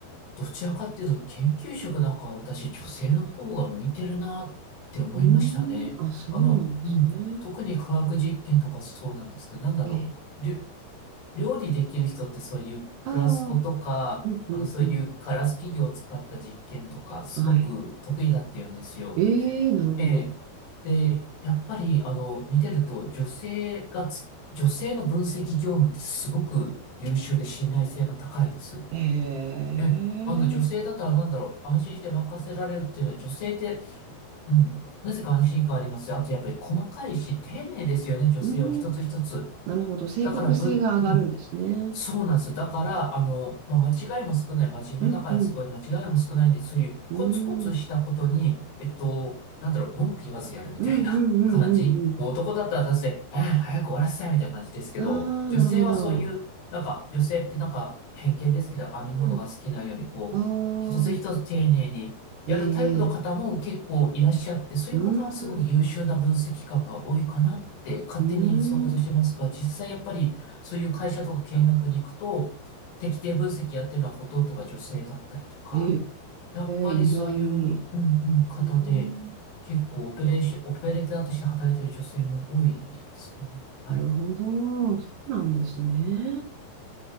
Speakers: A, on the left; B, on the right.
A: どちらかっていうと、研究職なんかは私、女性の方が向いてるなって思いましたね。
B: うーん、あ、そうなんですね。
A: あの、うん。特に科学実験とかそうなんですけど、なんだろう。
B: ええ。
A: りょ料理できる人ってそういうフラスコとか、
B: ああ、うん、
A: あの、
B: うん、
A: そういうガラス器具を使った実験とか、
B: うん。
A: すごく得意だって言うんですよ。
B: はい。ええ、なるほど。
A: ええ。で、やっぱり、あの、見てると、女性がつ、女性の分析業務ってすごく優秀で信頼性が高いです。
B: え
A: ええ、あの、
B: え、
A: 女性だったらなんだろう、安心して任せられるっていうのは、女性って、うん、なぜか安心感ありますよ。あと、やっぱり細かいし、丁寧ですよね、女性は一つ一つ。
B: うん、なるほど。正確性が上がるんですね。
A: だから、ぶ、うん、そうなんですよ。だから、あの、まあ、間違いも少ない、真面目だからすごい間違いも少ないんで、
B: うん、うん、
A: そういうコツコツしたことに、
B: うん、
A: えっと、なんだろう、文句言わずやるみたいな
B: うん、うん、うん、
A: <laughs> 感じ。
B: うん。うん
A: もう男だったらだって、ああ、早く終わらせたいみたいな感じですけど、
B: ああ、
A: 女性はそういう、
B: なるほど。
A: なんか、女性ってなんか偏見ですけど、編み物が好きなように、
B: う
A: こう、
B: ん。
A: 一つ一つ丁寧にやるタイプの方も結構いらっしゃって、
B: ああ、ええ、
A: そういう方はすごく優秀な分析官が多いかなって勝手に想像してますが、
B: うん、うん。
A: 実際やっぱり、そういう会社とか見学に行くと、適定分析やってるのはほとんどが女性だったりとか、
B: え
A: やっぱりそういう、
B: え、意外。
A: うんうん、方で、
B: うん
A: 結構オペレーション、オペレーターとして働いてる女性も多いですね。はい。
B: なるほど。そうなんですね。